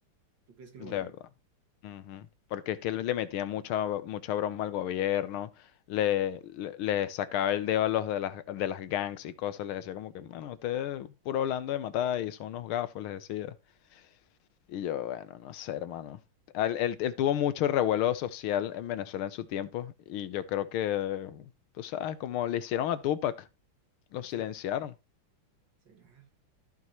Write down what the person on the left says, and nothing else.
de
verdad. Ujú. Porque es que le le metía mucha, mucha broma al gobierno, le, le, le sacaba el dedo a los de las, de las gangs y cosas, les decía como que, mano, ustedes puro hablando de matar y son unos gafos, les decía. Y yo, bueno, no sé, hermano. Al- Él, él tuvo mucho revuelo social en Venezuela en su tiempo y yo creo que, tú sabes, como le hicieron a Tupac, lo silenciaron.